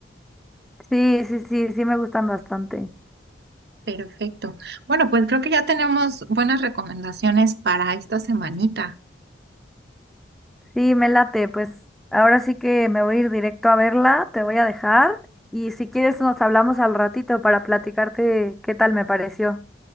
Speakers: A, in the centre; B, on the right.
A: Sí, sí, sí, sí me gustan bastante.
B: Perfecto. Bueno, pues creo que ya tenemos buenas recomendaciones para esta semanita.
A: Sí, me late. Pues ahora sí que me voy a ir directo a verla, te voy a dejar y si quieres nos hablamos al ratito para platicarte qué tal me pareció.